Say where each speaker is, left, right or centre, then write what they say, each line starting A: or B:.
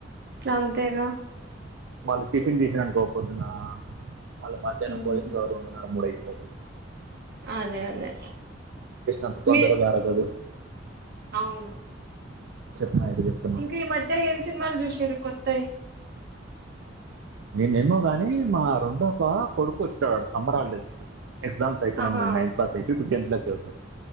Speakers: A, on the right; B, on the right.
A: అంతేగా.
B: వాళ్ళు టిఫిన్ చేసిన అనుకో పోద్దున మళ్ళ మధ్యాహ్నం
A: ఉమ్,
B: భోజనం రెండున్నార మూడైతది. ఓకే.
A: అదే అదే
B: అంత తొందరగా
A: మీ
B: అరగదు
A: అవును
B: చెప్పిన అయితే చెప్తున్నాం
A: ఇంకా ఈ మధ్య ఏం సినిమాలు చూషిరు కొత్తయి
B: నేనేమో గాని మా రెండో ఒక కొడుకు వచ్చాడు సమ్మర్ హాల్ డెస్కి ఎగ్జామ్స్ అయిపోన
A: ఆహా
B: నైన్త్ క్లాస్ అయిపో టెన్తలోకి వెళ్తారు